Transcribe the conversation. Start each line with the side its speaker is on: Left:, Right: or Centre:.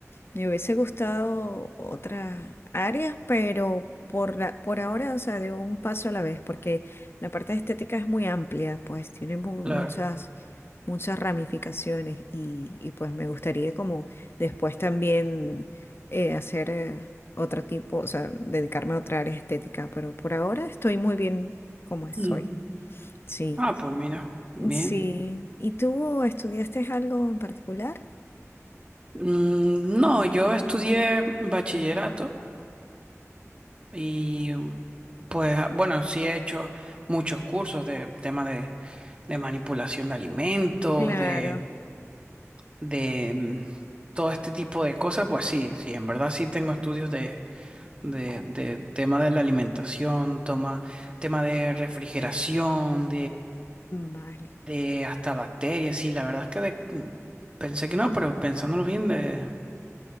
Left: Me hubiese gustado otras áreas, pero por la, por ahora, o sea, de un paso a la vez, porque la parte estética es muy amplia, pues tiene mu-
Right: Claro.
Left: muchas, muchas ramificaciones y, y, pues me gustaría como después también eh, hacer eh, otro tipo, o sea, dedicarme a otra área estética, pero por ahora estoy muy bien como estoy.
Right: Mm.
Left: Sí,
Right: Ah, pues mira, bien.
Left: sí. ¿Y tú estudiaste algo en particular?
Right: Mm, no, yo estudié bachillerato y pues bueno, sí he hecho muchos cursos de tema de, de manipulación de alimentos,
Left: Claro,
Right: de, de mm, todo este tipo de cosas. Pues sí, sí, en verdad sí tengo estudios de, de, de tema de la alimentación, toma, tema de refrigeración,
Left: vale.
Right: de hasta bacterias, sí, la verdad es que de- pensé que no, pero pensándolo bien, de,